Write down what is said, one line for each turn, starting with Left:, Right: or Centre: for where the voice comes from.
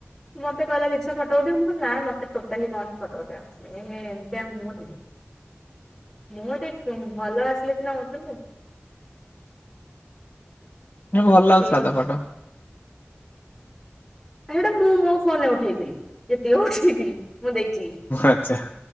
Centre: ମତେ କହିଲା ଲିପ୍ସା ଫଟୋ ଉଠେଇବୁ ମୁ ନାଁ ମତେ ଟୋଟାଲି କନି ଫଟୋ ଉଠେଇବାକୁ। ଏମିତିଆ ମୁଁ ମୁଁ ଟିକେ ଭଲ ଆସ ଲେ ସିନା ଉଠିବୁ।
Left: ଭଲ ଲାଗୁଥିଲା
Centre: ସେଇଟା
Left: ତ ଫଟୋ।
Centre: ସେଇଟା ମୁଁ ମୋ ଫୋନରେ ଉଠେଇଥିଲି ଯେତିକ ଉଠେଇଥିଲି। ମୁଁ ଦେଇଥିଲି
Left: ଆଚ୍ଛା।